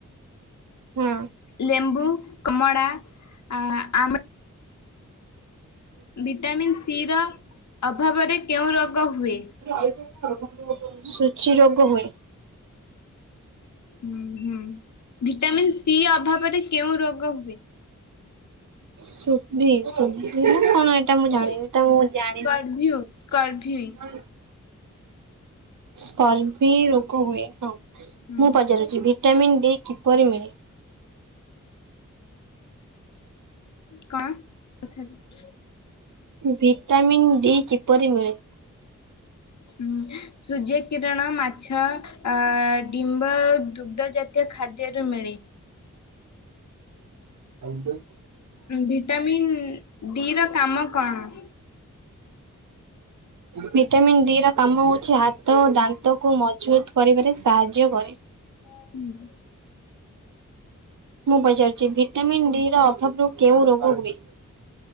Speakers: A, on the right (about 70°); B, on the left (about 60°).
A: ହଁ
B: ଲେମ୍ବୁ କମଲା ଆ ଭିଟାମିନ୍ ସି ର ଅଭାବରେ କେଉଁ ରୋଗ ହୁଏ?
A: <unintelligible> ସୂଚି ରୋଗ ହୁଏ।
B: ହୁଁ ହୁଁ ଭିଟାମିିନ ସି ଅଭାବରେ କେଉଁ ରୋଗ ହୁଏ?
A: ସୁଧି ସୁଧି କଣ ଏଇଟା ମୁଁ ଜାଣିନି। ତ ମୁଁ ଜାଣିନି।
B: ସ୍କର୍ଭିଉ ସ୍କର୍ଭି
A: ସ୍ଲ ବି ରୋଗ ହୁଏ ହଁ
B: ହୁଁ
A: ମୁଁ ପଚାରୁଛି। ଭିଟାମିନ୍ ଡି କିପରି ମିଳିବ?
B: କାଣ <unintelligible>
A: ଭିଟାମିନ୍ ଡି କିପରି ମିଳେ?
B: ହଁ ସୂର୍ଯ୍ୟ କିରଣ ମାଛ ଆ ଡିମ୍ବ ଦୁଗ୍ଧ ଜାତୀୟ ଖାଦ୍ୟରୁ ମିଳେ।
A: ଅପ।
B: ଭିଟାମିନ୍ ଡି ର କାମ କଣ?
A: ଭିଟାମନ୍ ଡି ର କାମ ହଉଛି ହାତ ଓ ଦାନ୍ତକୁ ମଜବୁତ କରିବାରେ ସାହାଯ୍ୟ କରେ। <inaudible>
B: ହୁଁ।
A: ମୁଁ ପଚାରୁଛି ଭିଟାମିିନ ଡି ର ଅଭାବ ର କେଉଁ ରୋଗ ହୁଏ?